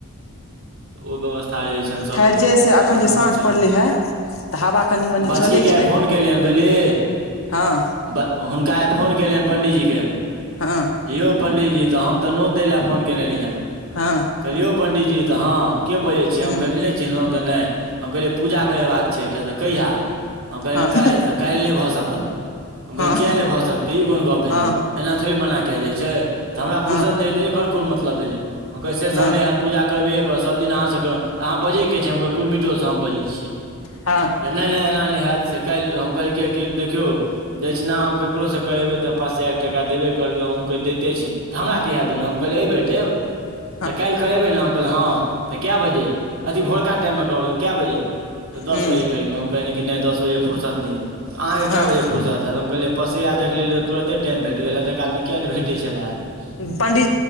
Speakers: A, on the right (about 65°); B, on the left (about 65°).
A: ओ व्यवस्था रहै छनि सभके
B: खैर जे से एखन
A: अपन
B: जे
A: अपन
B: साँझ
A: सीस्ट
B: पड़लै हे तऽ हवा कनि मनि
A: बचकीके
B: चलै छै
A: आई फोन केलियनि बुझलिहि
B: हँ
A: ब हुनका आइ फोन कयलियन पण्डीजी के
B: हँ
A: यौ पण्डीजी तऽ हम तऽ नोत दै लए फोन कने रहि हन
B: हँ
A: कहलिये यौ पंडी जी त हा के बजे छीे
B: हूँ
A: हम कहली नय चिन्हलौ तऽ नहि हम कहलिए पूजा करेबाके छै एकटा तऽ कहिया हम कहलिए
B: हँ
A: काल्हि तऽ काल्हि नहि भऽ सकत हम
B: हँ
A: कहलिए किए नहि भऽ सकतै ई कोन गप भेलै
B: हँ हँ
A: एना थोड़े मना कैल जाइत छै तऽ हमरा
B: हँ
A: फुर्सत नहि हेतै एकर कोन मतलब भेलैै हम कहलिये से
B: हँ
A: सब नहि हैत पूजा करबैय परत सब दिन आहाँ स करेलू आहाँ बाजी कय रहत छिये त हम कहलिए कुर्मी टोल स बैजय छियै
B: हँ
A: तऽ नहि नहि एना नहि हैत से काल्हि हम कहल किैए कि देखियौ दक्षिणा हम ककरोसँ करेबै तऽ पाँच सए एक टाका देबे करबै अहुूँके दैते छी तऽ हमरा कहिय देलहुँ हम कहलिय एहि बेर देब
B: <inaudible>
A: तऽ काल्हि करेबै ने हम कहनि हँ तऽ कए बजे अथिी भोरका टाइममे कहबै कए बजे तऽ दस
B: हूँ
A: बजे करीमे हम कहलिए छै कि दस बजे फुरसत नहि होय छै अहाँकेँ
B: हँ
A: कए बजे फुरसत त हम कहलियै पसै आ देखि लेलियै तऽ तुरते टाइम भेट गेलै एतहि कालमे किया नहि भेटै छलैय
B: पंडी